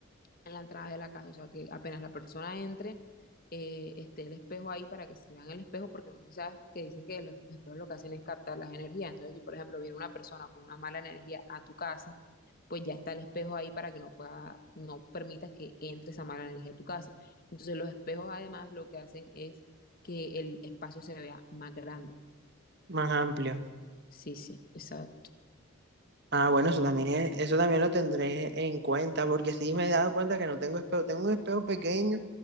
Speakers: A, on the left (about 45°); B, on the right (about 50°).
A: en la entrada de la casa, o sea, que apenas la persona entre, eh, esté el espejo ahí para que se vean el espejo, porque no sé si sabes que dicen que los espejos lo que hacen es captar las energías. Entonces, si por ejemplo viene una persona con una mala energía a tu casa, pues ya está el espejo ahí para que no pueda, no permitas que entre esa mala energía a tu casa. Entonces, los espejos además lo que hacen es que el espacio se vea más grande.
B: más amplio.
A: Sí, sí, exacto.
B: Ah, bueno, eso también es- eso también lo tendré en cuenta, porque sí me he dado cuenta que no tengo espejo, tengo un espejo pequeño